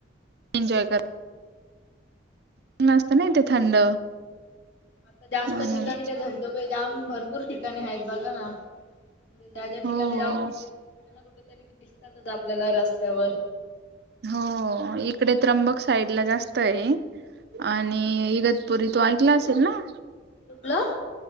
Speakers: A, on the right; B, on the left.
A: एन्जॉय कर असत ना इथे थंड
B: आता जास्त
A: म्हणून
B: ठिकाणी ते धबधबे जाम भरपूर ठिकाणी आहेत बघा ना, म्हणजे ज्या ज्या ठिकाणी
A: हो
B: जाऊ तिथे कुठे ना कुठ तरी दिसतातच आपल्याला रस्त्यावर
A: हो इकडे त्र्यंबक साईड ला जास्त आहे
B: हा.
A: आणि इग तरी तू ऐकला असेल ना,
B: तुकलं